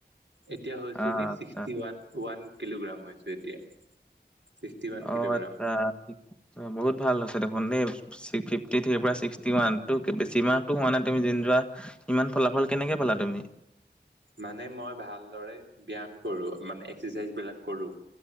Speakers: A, on the right; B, in the centre.
A: এতিয়া হৈছো
B: অ',
A: কি
B: আচ্ছা,
A: ছিক্সটি ওৱান ওৱান কিলোগ্ৰাম হৈছো এতিয়া। ছিক্সটি ৱান
B: অ',
A: কিলোগ্ৰাম।
B: আচ্ছা। বহুত ভাল আছে দেখোন দেই। ফিফটি থ্ৰিৰ পৰা ছিক্সটি ওৱান বেছি মাহতটো হোৱা নাই তুমি জিম যোৱা। ইমান ফলাফল কেনেকে পালা তুমি।
A: মানে মই ভালদৰে ব্যায়াম কৰো মানে এক্সাৰচাইজ বিলাক কৰো।